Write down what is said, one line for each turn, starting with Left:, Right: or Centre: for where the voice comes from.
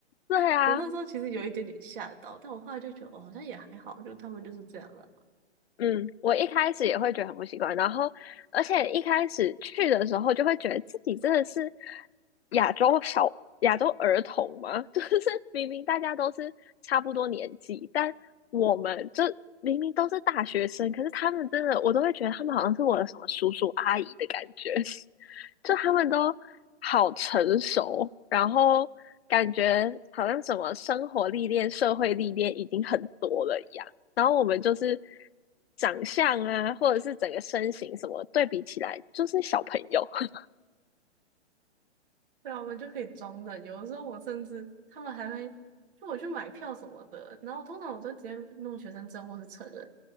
Left: <laughs> 对啊，
Right: <laughs> 我那时候其实有一点点吓到，但我后来就觉得哦，好像也还好，就他们就是这样了。
Left: 嗯，我一开始也会觉得很不习惯，然后而且一开始去的时候就会觉得自己真的是亚洲小亚洲儿童嘛，<laughs> 就是明明大家都是差不多年纪，但我们就明明都是大学生，可是他们真的我都会觉得他们好像是我的什么叔叔阿姨的感觉，<laughs> 就他们都好成熟，然后感觉好像什么生活历练、社会历练已经很多了一样。然后我们就是长相啊，或者是整个身形什么对比起来，就是小朋友。<laughs>
Right: 对啊，我们就可以装的。有的时候我甚至他们还会就我去买票什么的，然后通常我都直接弄学生证或是成人